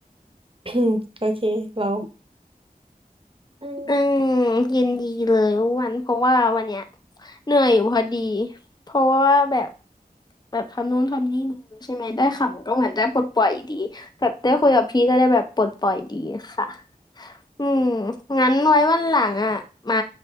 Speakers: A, on the right; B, on the left.
A: <coughs> โอเคเราอืม
B: อืมยินดีเลยอ้วันเพราะว่าวันเนี้ยเหนื่อยอยู่พอดีเพราะว่าแบบแบบทำนู่นทำนี่มาใช่ไหมได้ขำก็เหมือนได้ปลดปล่อยดีแบบได้คุยกับพี่ก็ได้แบบปลดปล่อยดีค่ะอืมงั้นไว้วันหลังอ่ะมา